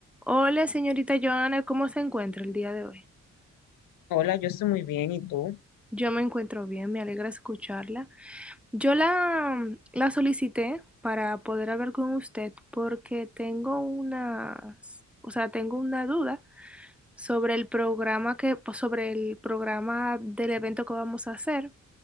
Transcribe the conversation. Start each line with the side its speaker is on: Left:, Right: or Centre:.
Centre: Hola, señorita Joana, ¿cómo se encuentra el día de hoy?
Left: Hola, yo estoy muy bien, ¿y tú?
Centre: Yo me encuentro bien, me alegra escucharla. Yo la, la solicité para poder hablar con usted porque tengo unas, o sea, tengo una duda sobre el programa que, pues, sobre el programa del evento que vamos a hacer